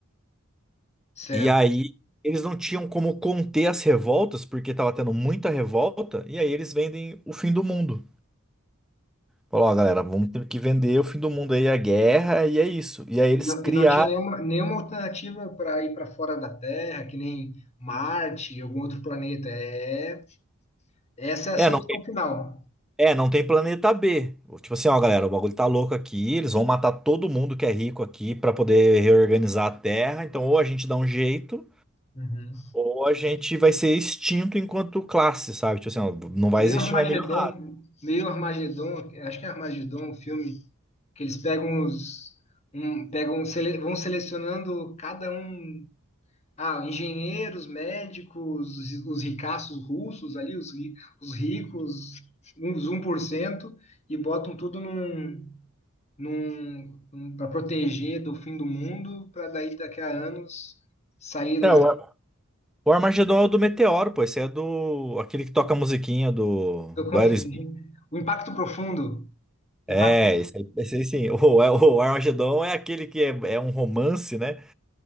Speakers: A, on the left (about 30°); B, in the centre.
A: certo.
B: E aí eles não tinham como conter as revoltas porque tava tendo muita revolta, e aí eles vendem o fim do mundo. Falou, ó, galera, vamos ter que vender o fim do mundo aí, a guerra, e é isso. E aí eles
A: E não,
B: criaram.
A: e não tinha nenhuma, nenhuma alternativa para ir para fora da Terra, que nem Marte, algum outro planeta. É, essa é a
B: É,
A: solução
B: não,
A: final.
B: é, não tem planeta B. Tipo assim, ó, galera, o bagulho tá louco aqui, eles vão matar todo mundo que é rico aqui pra poder reorganizar a Terra, então ou a gente dá um jeito.
A: Uhum.
B: Ou a gente vai ser extinto enquanto classe, sabe? Tipo assim, ó, não vai
A: Meio
B: existir
A: Armagedon,
B: mais milionário.
A: meio Armagedon, acho que é Armagedon, o filme que eles pegam os, um, pegam, sele- vão selecionando cada um Ah, engenheiros, médicos, os os ricaços russos ali, os, ri- os ricos, uns um por cento e botam tudo num, num, num, para proteger do fim do mundo, para daí daqui a anos sair lá.
B: É, o Ar- o Armagedon é o do Meteoro, pô. Esse é do. Aquele que toca a musiquinha do,
A: Eu
B: do
A: confundi.
B: Aerosmith.
A: O impacto profundo.
B: É,
A: Impacto.
B: esse aí, esse aí sim. <laughs> O, é, o Armagedon é aquele que é, é um romance, né?